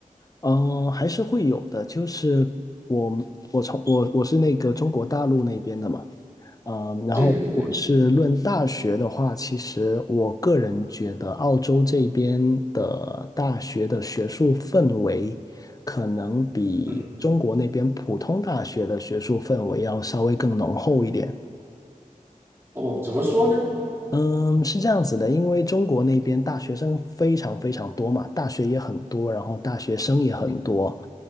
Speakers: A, on the left; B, on the right.
A: 嗯，还是会有的，就是我我从我我是那个中国大陆那边的嘛。嗯，然后如果是论大学的话，
B: 对对对对，
A: 其实我个人觉得澳洲这边的大学的学术氛围，可能比中国那边普通大学的学术氛围要稍微更浓厚一点。
B: 嗯，哦，怎么说呢？
A: 嗯，是这样子的，因为中国那边大学生非常非常多嘛，大学也很多，然后大学生也很多，